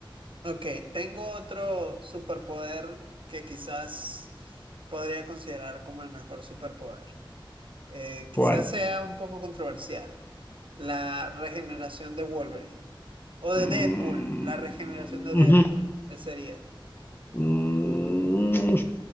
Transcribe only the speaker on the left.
¿Cuál?
Mm,
ujú,
mm,